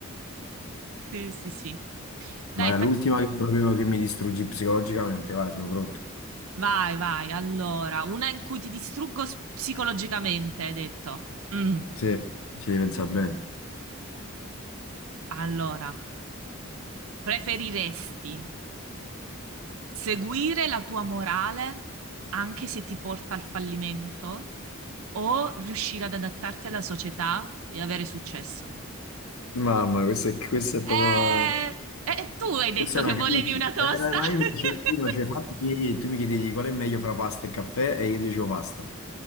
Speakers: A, on the right; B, on the left.
A: Sì, sì, sì. Dai,
B: Ma
A: fa-
B: è l'ultima che proprio che mi distruggi psicologicamente, vai, sono pronto.
A: vai, vai. Allora, una in cui ti distruggo s- psicologicamente, hai detto. Mm.
B: Sì, ci devi pensare bene.
A: Allora, preferiresti seguire la tua morale anche se ti porta al fallimento o riuscire ad adattarti alla società e avere successo?
B: Mamma, questa è, questa è proprio...
A: Eh, eh, tu hai detto
B: Questa è
A: che
B: una
A: volevi
B: crisi.
A: una tosta.
B: Era mai
A: <laughs>
B: mi dicevo- prima, cioè, fatti, miei- tu mi chiedevi qual è meglio fra pasta e caffè e io dicevo pasta.